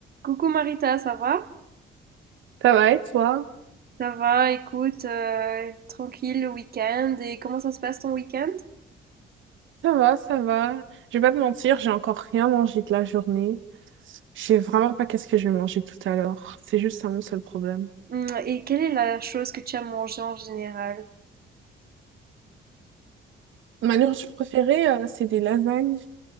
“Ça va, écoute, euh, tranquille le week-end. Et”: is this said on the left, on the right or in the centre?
Right